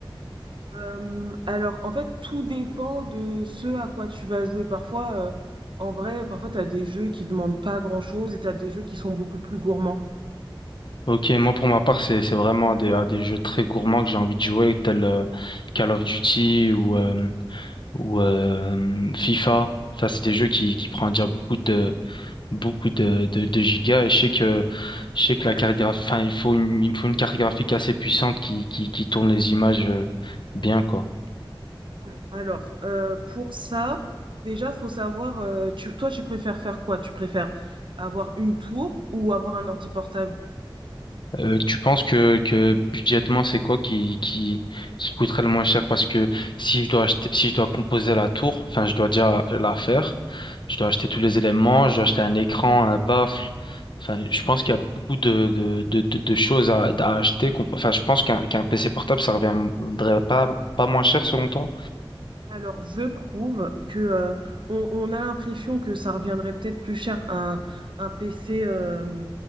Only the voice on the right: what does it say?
Euh, alors, en fait, tout dépend de ce à quoi tu vas jouer. Parfois, euh, en vrai, parfois, tu as des jeux qui demandent pas grand-chose et tu as des jeux qui sont beaucoup plus gourmands.
Ouais. Alors, euh, pour ça, déjà, faut savoir, euh, tu- toi, tu préfères faire quoi? Tu préfères avoir une tour ou avoir un ordi portable?
Alors, je trouve que euh, on, on a l'impression que ça reviendrait peut-être plus cher un, un PC euh,